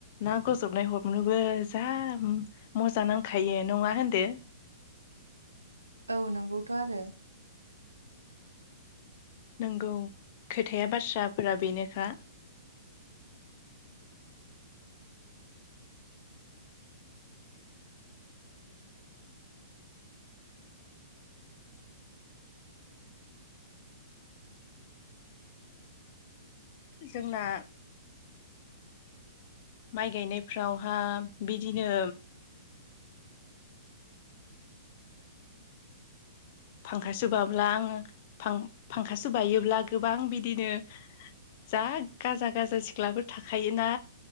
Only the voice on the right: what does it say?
औ नोंगौथ' आरो